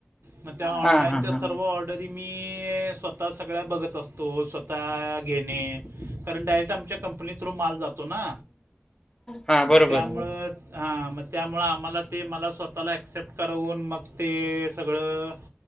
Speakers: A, on the right; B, on the left.
A: मग त्या ऑनला
B: हा हा हा
A: व ऑर्डरी मी स्वतः सगळ्या बघत असतो स्वतः घेणे कारण डयरेक्ट आमच्या कंपनी थ्रू माल जातो. ना
B: हा बरोबर
A: त्यामुळं हां मग त्यामुळं आम्हाला ते मला स्वतःला ॲक्सेप्ट करवून मग ते सगळं